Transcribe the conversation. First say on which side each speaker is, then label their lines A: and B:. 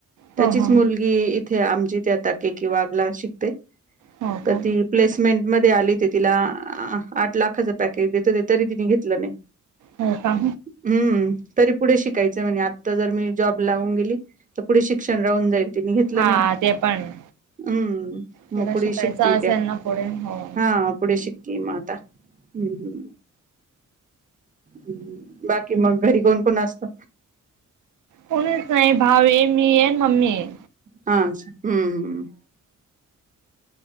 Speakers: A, on the right (about 25°); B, on the right (about 75°).
A: त्याचीच
B: हो हो
A: मुल गी इथे आमच्याइथे आता के के वाघ ला शिकते.
B: हो का
A: त ती प्लेसमेंट मधी आली ते तिला आठ लाखाच पॅकेज देत होते. तरी तिने घेतलं नाही.
B: हो का?
A: हम्म, तरी पुढे शिकायचंय म्हणे. आता जर मी जॉब लावून गेली तर पुढे शिक्षण राहून जाईल. तिने घेतलं
B: हा
A: नाही.
B: ते पण
A: हम्म
B: तिला
A: म पुढे
B: शिकायचं
A: शिकतीय
B: असेल
A: ती
B: ना पुढे हो.
A: हा पुढे शिकतेय म आता. हम्म हम्म. बाकी मग घरी कोण कोण असत?
B: कोणीच नाही. भावये, मीये, मम्मीये.
A: अच्छा हम्म हम्म.